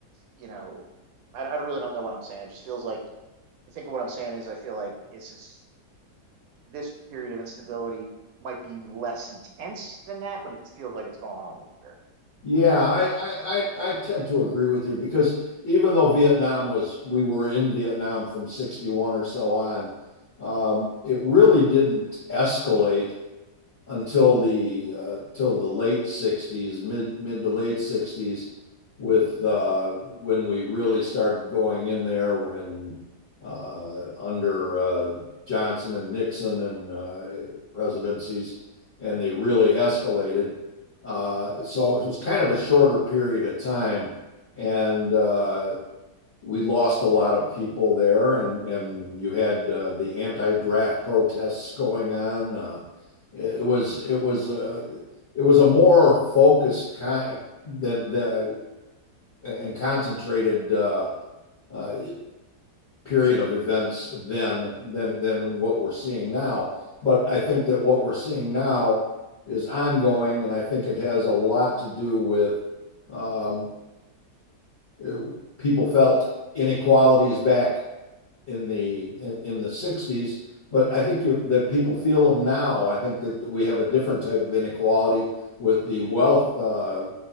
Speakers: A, on the right; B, on the left.
A: you know i, I don't really don't know what i'm saying it just feels like i think what i'm saying is i feel like it's just this period of instability might be less intense than that but it just feels like it's going on longer
B: Yeah, I, I, I I tend to agree with you because even though Vietnam was, we were in Vietnam from 61 or so on, um, it really didn't escalate until the uh, till the late '60s, mid mid to late '60s, with uh, when we really started going in there when uh, under uh, Johnson and Nixon and uh, presidencies, and they really escalated. Uh, so it was kind of a shorter period of time, and uh, we lost a lot of people there, and and you had uh, the anti-draft protests going on. Uh, it was it was uh, it was a more focused con than the and concentrated uh, uh, period of events than than than what we're seeing now. But I think that what we're seeing now is ongoing, and I think it has a lot to do with um, it- people felt inequality is back in the in, in the 60s but i think you, that people feel them now i think that we have a different type of inequality with the wealth uh,